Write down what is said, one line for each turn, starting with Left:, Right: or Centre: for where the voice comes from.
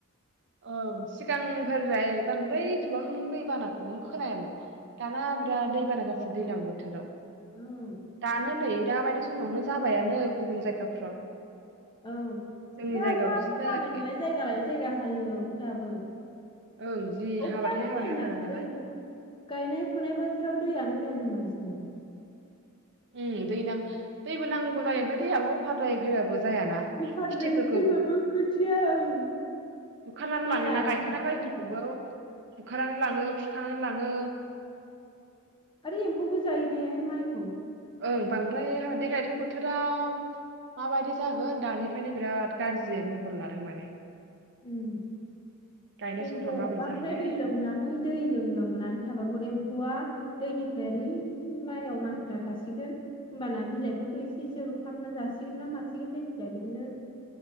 Right: औ सिगाःग्रोद्राय बांद्राय एथबां दैबानाखौ खोनायामोन दाना बिराद दैबाना जासै दैज्लां बोथोराव
Left: ओम
Right: दानो नै दाबायदि सम समावनो जाबायानो गुबुन जायगाफ्राव
Left: ओं
Right: जोंनि
Left: दा
Right: जायगायावल'सो
Left: अखाबो
Right: जायाखै
Left: हाबाय नालाय जायगा लायै जायगा हायो। जाबोर
Right: ओं जि
Left: अखायानो
Right: हाबाथाय हाबाय
Left: मेन
Right: हाथारो
Left: आरो
Right: नालाय
Left: दैनि गायनाय फुनाय बोसोराव दैआनो मेन होनांसिगोन बेन।
Right: उम दै नां दैबो नांगौ जायो ओमफाय दैयाबो अफारद्राय फैबाबो जायाना
Left: उफाद्राय
Right: खेथिफोरखौ
Left: फैबाबो खोथिया ओं
Right: बुखारनानै
Left: माइआ
Right: लाङोना गायखानाय
Left: माबायो
Right: माइफोरखौबो
Left: आरो
Right: बुखारनानै लाङो खुरखानानै लाङो
Left: आरो एम्फौबो जायो ने माइखौ।
Right: ओं बांद्राय हाबा देग्लायथ' बोथोरा माबायदि जागोन दानिफ्रायनो बिराद गाज्रियै महर लादों माने
Left: उम
Right: गायनाय
Left: बेन्थ'
Right: समफ्राव माबोरै
Left: बांद्राय
Right: जाहैगोन
Left: दै लोमनानै दैजों लोमनानै थाबाबो एम्फौआ दैनिफ्राय ओरै माइआव मानखो खोना थासिगोन होमबाना बिलाइफोरखौ एसे एसे अरख्लाबना जासिगोन ना मासिगोन जायखिजाया बिदिनो